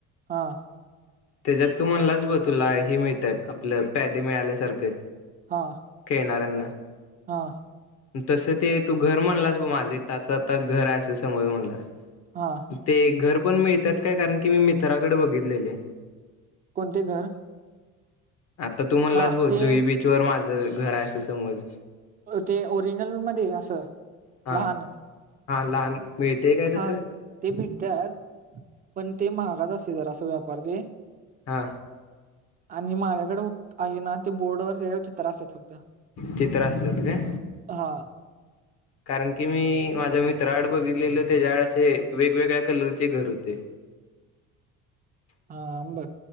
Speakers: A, on the right; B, on the left.
A: हा
B: त्याच्यात तू म्हणलाच ब तुला हे मिळतात आपलं प्यादे मिळाल्यासारखं.
A: हा
B: खेळणाऱ्यांना
A: हा
B: तसं ते तू घर म्हणलास ब माझं त्याचं आता घर आहे समज म्हणलास.
A: हा
B: ते घर पण मिळतात काय कारण की मी मित्राकडे बघितलेले.
A: कोणते घर?
B: आता तू म्हणलाच
A: हा
B: बोल
A: ते
B: जुई बीचवर माझं घर आहे असं समज
A: ते ओरिजनल मध्ये असं
B: हा
A: लहान.
B: हा लहान मिळतेय काय
A: हा
B: तसं.
A: ते भेटतात पण ते महागच असते जरा असा व्यापार ते.
B: हा
A: आणि माझ्याकडे होत आहे ना ते बोर्ड वर ते चित्र असतात फक्त
B: चित्र असतात काय
A: हा.
B: कारण की मी माझा मित्राआड बघितलेलं त्याच्या आड असे वेगवेगळ्या कलरचे घर होते.
A: हा बघ